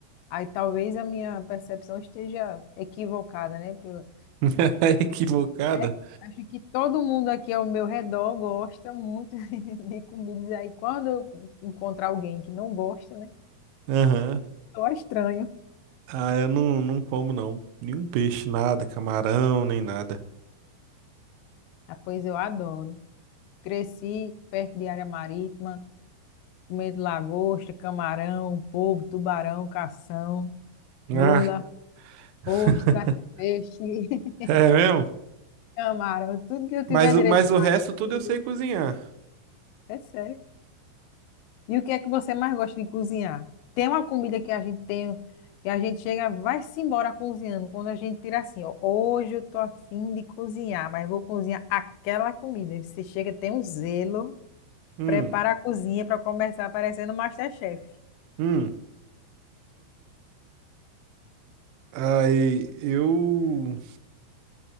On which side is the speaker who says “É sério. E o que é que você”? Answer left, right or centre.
Left